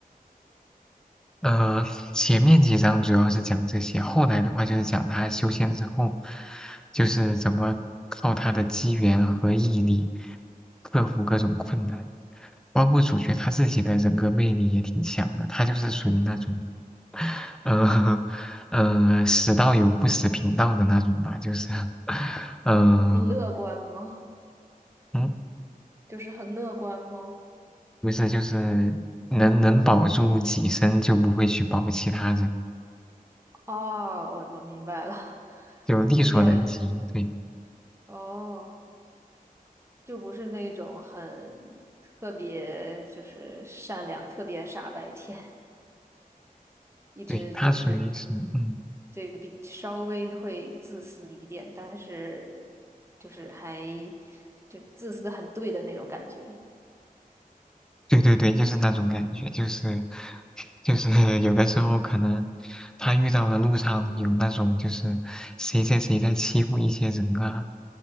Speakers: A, in the centre; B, on the right.
A: 呃，前面几章主要是讲这些，后来的话就是讲他修仙之后，就是怎么靠他的机缘和毅力克服各种困难，包括主角他自己的人格魅力也挺强的，他就是属于那种，呃呃，死道友不死贫道的那种吧，就是，嗯、
B: 很乐观吗？
A: 嗯，
B: 就是很乐观吗？
A: 不是，就是能能保住己身就不会去保其他人，
B: 哦，我我明白了，
A: 就力所能及，
B: 有点
A: 对。
B: 哦，就不是那种很特别，就是善良、特别傻白甜，一直就是
A: 对，它属于是，嗯。
B: 对比稍微会自私一点，但是就是还就自私的很对的那种感觉。
A: 对对对，就是那种感觉，就是就是有的时候可能他遇到的路上有那种就是谁在谁在欺负一些人啊，